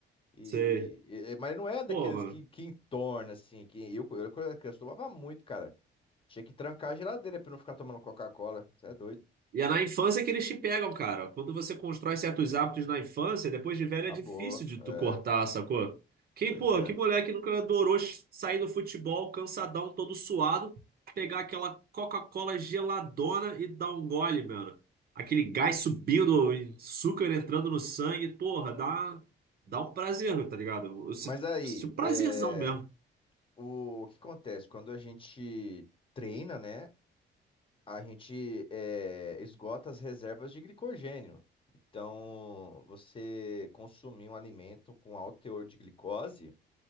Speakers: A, on the left; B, on the right.
A: E,
B: Você,
A: e- mas não é daqueles
B: pô, mano.
A: que, que entorna, assim, que eu, eu quando era criança tomava muito, cara. Tinha que trancar a geladeira pra eu não ficar tomando Coca-Cola. Você é doido.
B: E é na infância que eles te pegam, cara. Quando você constrói certos hábitos na infância, depois de velho
A: Acabou.
B: é difícil de
A: É,
B: tu cortar, sacou? Quem,
A: pois
B: pô,
A: é.
B: que moleque nunca adorou ch- sair do futebol cansadão, todo suado, pegar aquela Coca-Cola geladona e dar um gole, mano. Aquele gás subindo, açúcar entrando no sangue, porra, dá, dá um prazer, tá ligado? Eu sinto,
A: Mas aí,
B: sinto um prazerzão
A: é.
B: mesmo.
A: O que acontece? Quando a gente treina, né? A gente eh, esgota as reservas de glicogênio. Então, você consumir um alimento com alto teor de glicose,